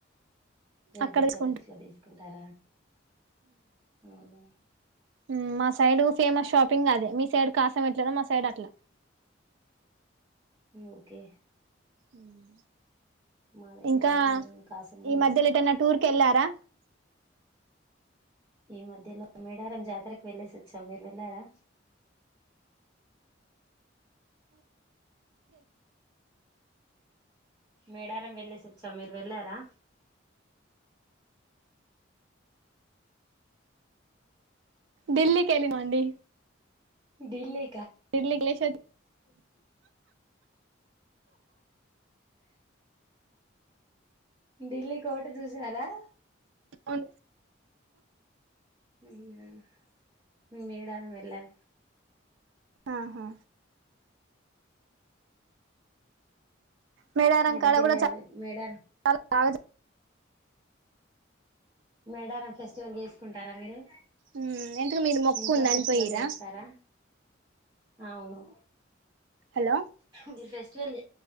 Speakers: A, on the right; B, on the right.
A: రెడ్డి
B: అక్కడ
A: బ్రదర్స్
B: తీసుకుంటాం
A: లో తీసుకుంటారా అవునా
B: మ్మ్ మా సైడ్ ఫేమస్ షాపింగ్ అదే మీ సైడ్ కాసం ఎట్లానో మా సైడ్ అట్లా
A: ఓకే
B: మ్మ్
A: మా దగ్గర
B: ఇంకా
A: కూడా మేము కాసంలో
B: ఈ
A: చేస్తాం
B: మధ్యలో ఏటన్న టూర్ కి వెళ్ళారా
A: ఈ మధ్యలో మేడారం జాతరకు వెళ్లేేసి వచ్చాం మీరు వెళ్లారా మేడారం వెళ్ళేసి వచ్చాం మీరు వెళ్ళారా
B: ఢిల్లీ కెళ్ళిన అండి
A: డిల్లీ
B: డిల్లీ కెల్లెస్ వచ్
A: ఢిల్లీ కోటు చూసారా
B: అవును
A: మ్మ్ మేమ్ మేడారం వెళ్ళాం
B: ఆహా మేడారం
A: మీ
B: కాడ
A: దగ్గర
B: కూడా చ
A: మేడారం
B: చాల బా
A: మేడారం ఫెస్టివల్ చేసుకుంటారా మీరు
B: మ్మ్ ఎంతుకు మీరు మొక్కు
A: ఇంట్లో
B: ఉందని
A: ఫెస్టివల్
B: పోయిర్రా
A: చేస్తారా అవును
B: హలో
A: మీరు వె వె